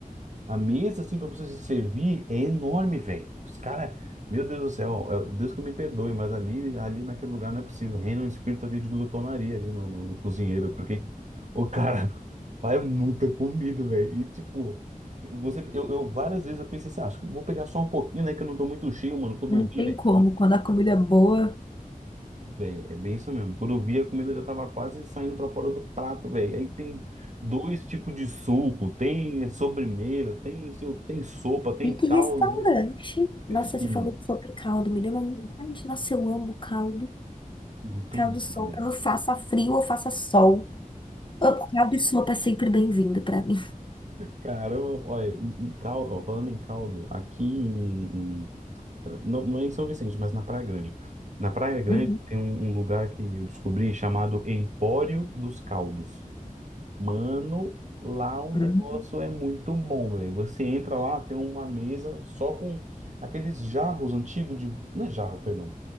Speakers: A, on the right; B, on the left.
A: a mesa, assim, pra você se servir é enorme, velho. Os caras, meu Deus do céu, é- Deus que me perdoe, mas ali, ali naquele lugar não é possível. Reina um espírito ali de glutonaria ali no, no, no cozinheiro, porque o cara <laughs> faz muita comida, velho. E tipo, você, eu, eu várias vezes eu pensei assim, ah, acho que eu vou pegar só um pouquinho, né, que eu não tô muito cheio, mano. Quando
B: Não
A: eu
B: tem
A: vi, velho.
B: como, quando a comida é boa.
A: Véi, é bem isso mesmo. Quando eu vi, a comida já tava quase saindo pra fora do prato, velho. Aí tem dois tipos de suco, tem sobremesa, tem, não sei, o- tem sopa, tem
B: E que
A: caldo.
B: restaurante? Nossa,
A: né? É, Sim,
B: você falou sobre caldo, me deu uma vontade. Nossa, eu amo caldo.
A: muito
B: Caldo
A: bom,
B: sol,
A: velho.
B: quando faça frio ou faça sol. Ô, Caldo e sopa é sempre bem-vindo pra mim.
A: Caramba, olha, em caldo, ó, falando em caldo, aqui em, em- não, não é em São Vicente, mas na Praia Grande. Na Praia Grande
B: Uhum.
A: tem um, um lugar que eu descobri chamado Empório dos Caldos. Mano, lá o negócio
B: Uhum.
A: é muito bom, velho. Você entra lá, tem uma mesa só com aqueles jarros antigos de. Não é jarro, perdão.